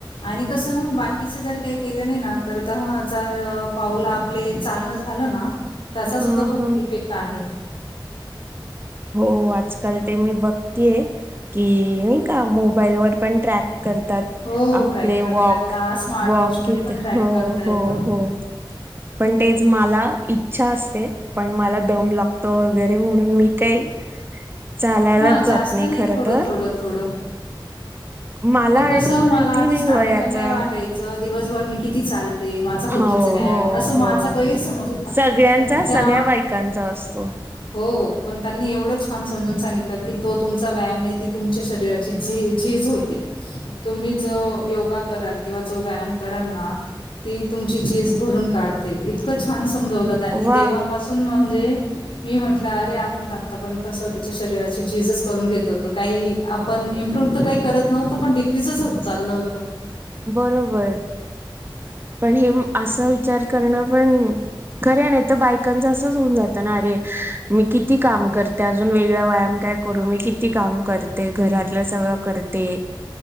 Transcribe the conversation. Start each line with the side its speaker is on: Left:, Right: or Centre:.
Left: आणि कसं बाकी कीच जरी काही केलं नाही ना तर दहा हजार पाऊल आपले चालणं झालं ना त्याचा सुद्धा
Right: हा
Left: खूप
Right: हा
Left: इफेक्ट आहे.
Right: हो आजकाल ते मी बघतेय की नाही का मोबाईलवर पण ट्रॅक करतात
Left: हो
Right: आपले
Left: ट्रॅक करता
Right: वॉक,
Left: येत स्मार्ट
Right: वॉक
Left: वॉच मध्ये
Right: किती
Left: पण ट्रॅक
Right: हो
Left: करता येतं
Right: हो हो पण तेच मला इच्छा असते पण मला दम लागतो वगैरे म्हणून मी काही चालायलाच
Left: हा
Right: जात
Left: जास्त नाही
Right: खर
Left: थोडं
Right: तर
Left: थोडं थोडं.
Right: मला
Left: ते कसं
Right: आणि माहिती
Left: मला आधी
Right: नाही
Left: स्टार्टिंगला
Right: वयाचा
Left: काय वाटायचं दिवसभर मी किती चाल ते माझा होतोच
Right: हो
Left: आहे व्यायाम
Right: हो
Left: असं माझा
Right: हो
Left: गैरसमज होता
Right: सगळ्यांचा
Left: पण त्या
Right: सगळ्या बायकांचा असतो
Left: हो पण त्यांनी एवढं छान समजून सांगितलं की तो तुमचा व्यायाम नाही ती तुमच्या शरीराची झी झीज होते तुम्ही जो योगा कराल किंवा जो व्यायाम कराल ना ती तुमची झीज भरून काढते इतकं छान समजवलं त्यांनी
Right: वा
Left: तेव्हापासून म्हणजे मी म्हटलं अरे आपण आत्तापर्यंत स्वतःच्या शरीराची झीजच करून घेत होतो काही आपण इम्प्रूव्ह तर काही करत नव्हतो पण डिग्रीज च होत चाललो होतो
Right: बरोबर पण हे असा विचार करणं पण खरंय नाही तर बायकांचं असंच होऊन जातं ना अरे मी किती काम करते अजून वेगळा व्यायाम काय करू मी किती काम करते घरातलं सगळं करते